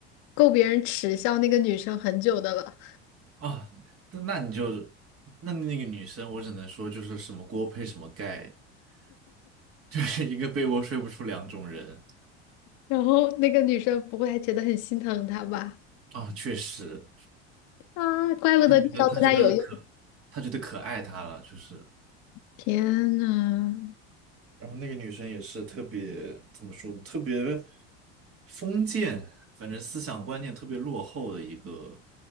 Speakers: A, on the left; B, on the right.
A: 够别人耻笑那个女生很久的了，
B: 啊。那那你就那那个女生，我只能说就是什么锅配什么盖，<laughs> 就是一个被窝睡不出两种人。
A: 然后那个女生不会还觉得很心疼她吧？
B: 啊，确实，
A: 啊，怪不得这招对她有用。
B: 他觉得他觉得可，他觉得可爱他了，就是，
A: 天呐，
B: 然后那个女生也是特别怎么说，特别封建，反正思想观念特别落后的一个